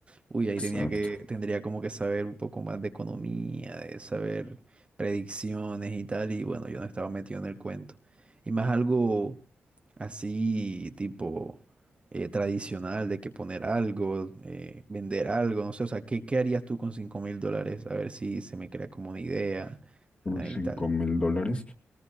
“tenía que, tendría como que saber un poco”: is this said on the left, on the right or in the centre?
Right